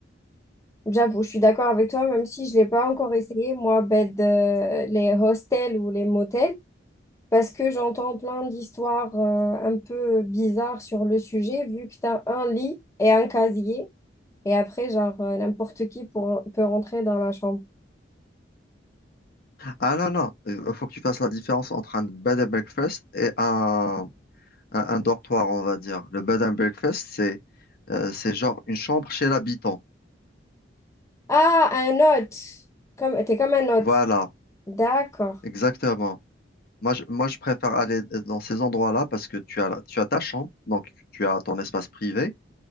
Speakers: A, on the left; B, on the left.
A: J'avoue, je suis d'accord avec toi, même si je l'ai pas encore essayé, moi, bed, euh, les hostels ou les motels. Parce que j'entends plein d'histoires euh, un peu bizarres sur le sujet, vu que tu as un lit et un casier, et après, genre, euh, n'importe qui pour- peut rentrer dans la chambre.
B: Ah non, non, il faut que tu fasses la différence entre un bed and breakfast et un, un, un dortoir, on va dire. Le bed and breakfast, c'est euh, c'est genre une chambre chez l'habitant.
A: Ah, un hôte! Comme, t'es comme un hôte.
B: Voilà,
A: D'accord.
B: exactement. Moi je, moi, je préfère aller dans ces endroits-là parce que tu as, la- tu as ta chambre, donc tu as ton espace privé,